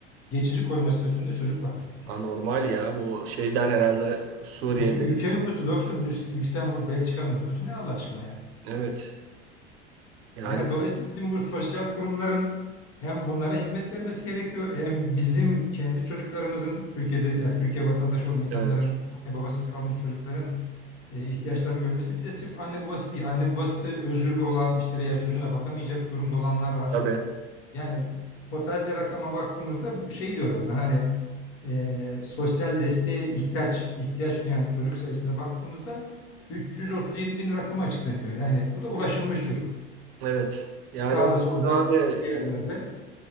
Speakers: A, on the left; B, on the right.
A: geçici koruma statüsünde çocuk varmış Türkiye'de.
B: Anormal ya bu şeyden herhalde Suriye.
A: Ya bir ülke nüfusu dostum, Lüks- Lüksemburg, Belçika'nın nüfusu ne Allah aşkına ya?
B: Evet. Yani
A: Yani dolayısıyla bizim bu sosyal kurumların hem bunlara hizmet vermesi gerekiyor hem bizim kendi çocuklarımızın Türkiye'de yani Türkiye vatandaşı olan insanların
B: evet.
A: anne babasız kalmış çocukların e, ihtiyaçlarını görmesi bir de sırf anne babası değil anne babası özürlü olan işte veya çocuğuna bakamayacak durumda olanlar var.
B: Tabii.
A: Yani totalde rakama baktığımızda bu şey diyorlar bunlar hani e, sosyal desteğe ihtiyaç ihtiyaç duyan çocuk sayısına baktığımızda 337 bin rakamı açıklanıyor. Yani bu da ulaşılmış çocuk.
B: Evet. Yani
A: Sağda
B: o
A: solda
B: abi
A: bir yerlerde.